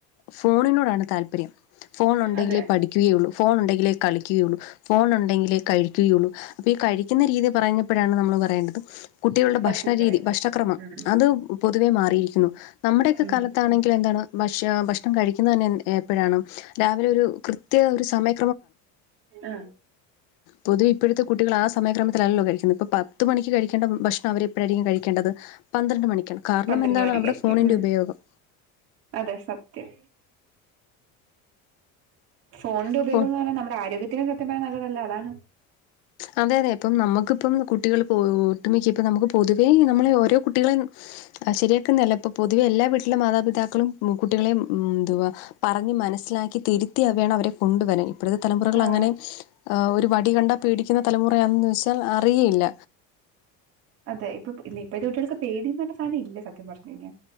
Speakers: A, on the left (about 65°); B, on the right (about 45°).
A: ഫോണിനോടാണ്താല്പര്യം ഫോണുണ്ടെങ്കിലേ
B: അതെ
A: പഠിക്ക്യുകയുള്ളു ഫോണ് ണ്ടെങ്കിലേ കളിക്യുകയുള്ളൂ ഫോണുണ്ടെങ്കിലേ കഴിക്യുകയുള്ളൂ പ്പികഴിക്ക്ന്നരീതി പറഞ്ഞപ്പഴാണ് നമ്മള്പറയേണ്ടത് കുട്ടികളുടെ
B: പച്ചക്കറികൾ
A: ഭഷ്ണരീതി ഭക്ഷണക്രമം
B: ഉം
A: അത് പൊതുവെമാറിയിരിക്കുന്നു നമ്മടെക്കെകാലത്ത്
B: ഉം
A: ന്താണങ്കിലും എന്താണ് ഭക്ഷാ ഭക്ഷണംകഴിക്കുന്നതന്നെ ൻ എപ്പഴാണ് രാവിലെഒരുകൃത്യഒരുസമയ
B: ആഹ്
A: പൊതുവെ ഇപ്പഴ്ത്തെകുട്ടികളാ ആ സമയക്രമത്തിലല്ലോ കഴിക്കുന്ന് ഇപ്പൊപത്ത്മണിക്ക് കഴിക്കേണ്ട ഭക്ഷണാവര് പ്പഴായിരിക്കുംകഴിക്കേണ്ടത് പന്ത്രണ്ട്മണിക്ക്യാണ് കാർണംമെന്താണ്
B: പന്ത്രണ്ട് മണിക്കായിരിക്കും
A: അവ്റെ സ്ഫോണിന്റെഉപയോഗം
B: ഉം അതെ സത്യം ഫോണിന്റെ ഉപയോഗംന്നറഞ്ഞ
A: ഇപ്പോൾ
B: നമ്മടെ ആരോഗ്യത്തിന് സത്യം പറഞ്ഞ നല്ലതല്ല അതാണ്
A: അതെഅതെ ഇപ്പംനമ്മുക്ക്പ്പം കുട്ടികള് പോട്ട്മിക്കപ്പനമ്ക്ക് പൊതുവേ ഈ നമ്മളെഓരോ കുട്ടികളേം അശിര്യാക്കന്നല്ലപ്പൊ പൊതുവെഎല്ലാ വീ ക്കില്ലമാതാപിതാക്കളും മ് കുട്ടികളേം മ് ന്തുവാ പറഞ്ഞ് മനസ്സിലാക്കി തിര്ത്തിയ വേണംഅവരെ കൊണ്ടുവരാന് ഇപ്പഴത്തെതലമുറകളങ്ങനെ
B: ആഹ്
A: ആഹ് ഒരുവടികണ്ടാപേടിക്കുന്ന തലമുറയാന്ന് വെസാൽ അറിയേല്ല
B: അതെ ഇപ്പ പ് ഇന്നി ഇപ്പഴത്തെ കുട്ടിയാൾക്ക് പേടീന്നർഞ്ഞസാനം ഇല്ലസത്യം പർഞ്ഞഴിഞ്ഞാ